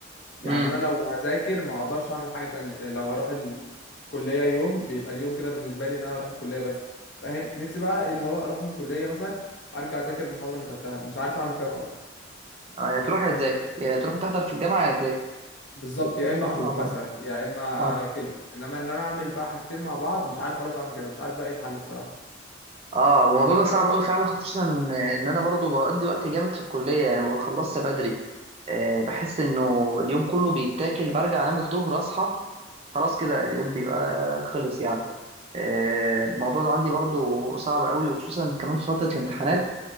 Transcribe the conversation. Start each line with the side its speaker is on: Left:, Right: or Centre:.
Left: يعني
Right: امم
Left: انا لو هذاكر ما اقدرش اعمل حاجه تانية آه، لو هروح الكليه يوم بيبقى اليوم كده بالنسبه لي ان انا اروح الكليه بس فاهم نفسي بقى إيه اللي هو اروح من الكليه مثلا ارجع اذاكر المحاضره اللي خدتها مش عارف اعمل كده خالص
Right: يعني تروح يا تذاكر يعني تروح تحضر في الجامعة يا تذاكر
Left: بالظبط
Right: بتكون
Left: يا
Right: ملهاش
Left: اما اخرج
Right: مع بعض
Left: مثلا يا اما
Right: اه
Left: آه، كده انما ان انا اعمل بقى حاجتين مع بعض مش عارف خالص اعمل كده مش عارف بقى ايه الحل الصراحه
Right: اه هو الموضوع ده صعب قوي فعلا خصوصا ان انا برضو بقضي وقت جامد في الكليه يعني ما بخلصش بدري آه بحس انه اليوم كله بيتاكل برجع انام الظهر اصحى خلاص كده اليوم بيبقى خلص يعني آه الموضوع ده عندي برضو صعب قوي وخصوصا كمان في فتره الامتحانات